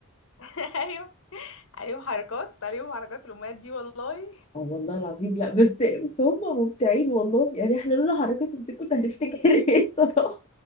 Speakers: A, on the left; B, on the left.
A: <laughs> ايوه عليهم حركات عليهم حركات الامهات دي والله
B: اه والله العظيم لا بس بس هم ممتعين والله يعني احنا لولا حركاتهم دي كنا هنفتكر ايه الصراحه